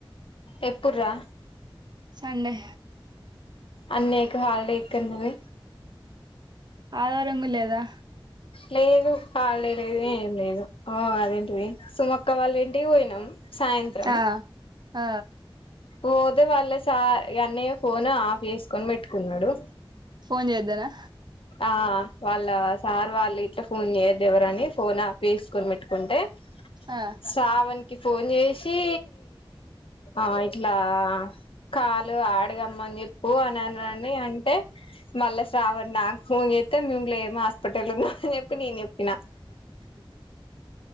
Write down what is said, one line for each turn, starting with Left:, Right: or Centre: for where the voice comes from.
Left: ఎప్పుడు రా
Right: సండే
Left: అన్నయ్యకు హాలిడేక్కన్నావి
Right: ఆదివారము లేదా
Left: లేదు హాలిడే లేదు ఏం లేదు ఉ అదేంటిది సుమొక్క వాళ్ళ ఇం ఇంటికి పోయినాం సాయంత్రం
Right: ఆ ఆ
Left: పోతే వాళ్ళస అన్నయ్య ఫోన్ ఆఫ్ చేసుకొని పెట్టుకున్నాడు
Right: ఫోన్ చేద్దానా
Left: ఆ వాళ్ళ సార్ వాళ్ళ ఇట్ల ఫోన్ చేయొద్దు ఎవరని ఫోన్ ఆఫ్ చేసుకొని పెట్టుకుంటే
Right: ఆ
Left: శ్రావణ్ కి ఫోన్ జేసి ఆ ఇట్లా కాలు ఆడగమ్ అన్ చెప్ ఊ అననని అంటే మల్ల శ్రావణ ఫోన్ జేత్తే మేము లేము హాస్పిటల్లో ఉన్నాం అని చెప్పి నేను చెప్పిన